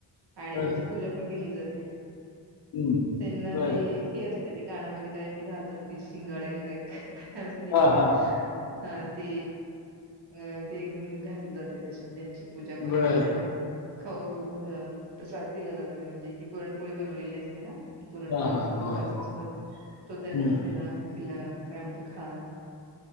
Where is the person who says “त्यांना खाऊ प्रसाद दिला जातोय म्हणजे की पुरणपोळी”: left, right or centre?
Right